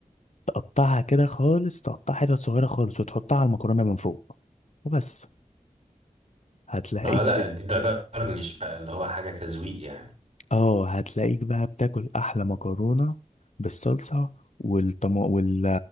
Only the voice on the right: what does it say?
اه لا دي- ده جرنش بقى اللي هو حاجة تذويق يعني